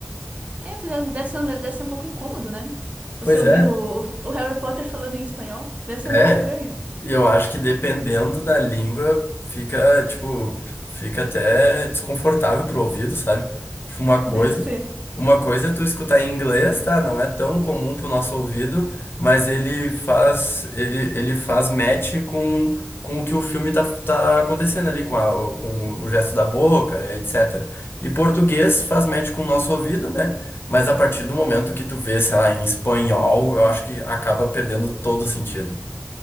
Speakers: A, on the right (about 30°); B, on the left (about 50°).
A: É, deve deve ser, um- deve ser um pouco incômodo, né? Você
B: Pois
A: ouviu
B: é,
A: o, o Harry Potter falando em espanhol? Deve ser
B: é.
A: muito estranho.
B: E eu acho que dependendo da língua, fica, tipo, fica até desconfortável pro ouvido, sabe? Tipo, uma coisa.
A: Deve ser.
B: Uma coisa é tu escutar em inglês, tá? Não é tão comum pro nosso ouvido, mas ele faz ele, ele faz match com, com o que o filme tá, tá acontecendo ali, com, a- o- com o gesto da boca, etc. E português faz match com o nosso ouvido, né? Mas a partir do momento que tu vê, sei lá, em espanhol, eu acho que acaba perdendo todo o sentido.